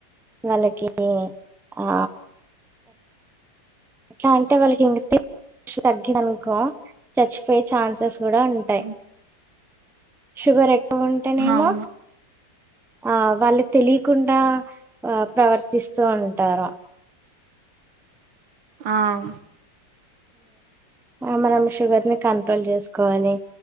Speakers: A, in the centre; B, on the right (about 90°).
A: వాళ్ళకి ఆ ఎట్లా అంటే వాళ్ళకి ఇన్ తగ్గింది అనుకో చచ్చిపోయే ఛాన్సెస్ కూడా ఉంటాయి
B: హ్మ్.
A: షుగర్ ఎక్కువ ఉంటేనేమో
B: అవును.
A: ఆ వాళ్ళు తెలియకుండా ఆ ప్రవర్తిస్తూ ఉంటారు.
B: ఆహ్
A: ఆ మనం షుగర్ ని కంట్రోల్ చేసుకోవాలి